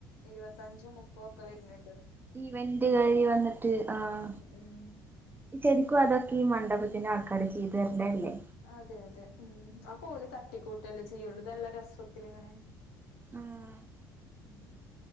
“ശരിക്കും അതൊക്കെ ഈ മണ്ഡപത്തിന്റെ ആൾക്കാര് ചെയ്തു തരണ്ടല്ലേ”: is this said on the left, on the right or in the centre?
Right